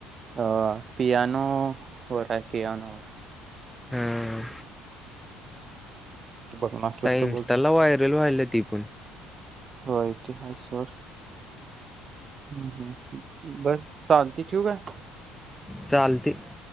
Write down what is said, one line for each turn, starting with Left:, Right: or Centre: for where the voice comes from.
Right: अ पियानो वर आहे पियानो वर.
Centre: हम.
Right: ते बघणार असलस
Centre: आ
Right: तर
Centre: इंस्टाला
Right: बघ.
Centre: व्हायरल व्हायला ति पण.
Right: होय, तेहा सोड. हं. हं. हं. बर चालतंय ठेवू काय?
Centre: चालतय.